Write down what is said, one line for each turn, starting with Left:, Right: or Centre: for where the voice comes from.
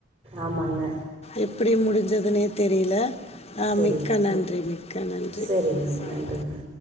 Right: ஆமாங்க
Left: எப்டி முடிஞ் ததுனே தெரில ஆ
Right: சேரிங்க
Left: மிக்க நன்றி மிக்க நன்றி
Right: சரிங்க நன்றிங்க